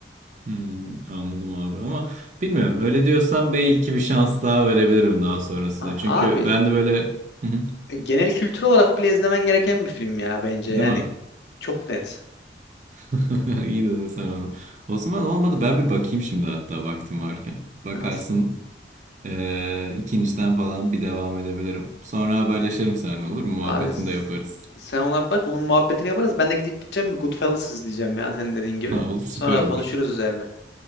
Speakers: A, on the right (about 45°); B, on the left (about 70°).
A: Hmm. Anladım abi ama bilmiyorum. Öyle diyorsan belki bir şans daha verebilirim daha sonrasında.
B: A-
A: Çünkü
B: abi
A: ben de böyle... Hı hı.
B: genel kültür olarak bile izlemen gereken bir film ya bence
A: Değil
B: yani.
A: mi?
B: Çok net.
A: <laughs> İyi dedin sen onu. O zaman olmadı ben bir bakayım şimdi hatta vaktim varken. Bakarsın
B: Aha.
A: eee, ikinciden falan bir devam edebilirim. Sonra haberleşelim seninle olur mu? Muhabbetini
B: Abi s-
A: de yaparız. <laughs>
B: sen ona bak. Onun muhabbetini yaparız. Ben de gidip gideceğim bir Goodfellas izleyeceğim ya senin dediğin gibi.
A: Ha, olur süper
B: Sonra
A: olur.
B: konuşuruz üzerine.